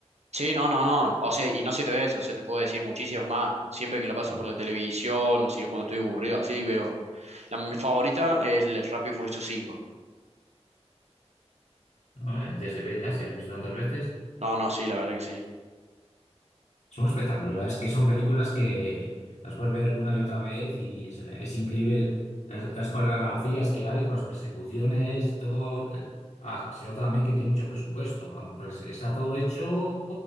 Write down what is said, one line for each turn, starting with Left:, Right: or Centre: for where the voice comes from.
Right: sí, no, no, no, o sea, y no siete veces, o sea, te puedo decir muchísimas más, siempre que lo
Left: Sí.
Right: pasan por la televisión o si no cuando estoy aburrido, así veo. La, mi favorita es el Rápido y Furioso 5,
Left: No, eh, ya se ve, ya, si has visto tantas veces.
Right: no, no, sí, la verdad que sí.
Left: Son un espectáculo, la que son películas que las puedes ver una y otra vez y es, es increíble las, las coreografías que hay con las persecuciones, todo. eh, Ah, se nota también que tiene mucho presupuesto, vamos, pues está todo hecho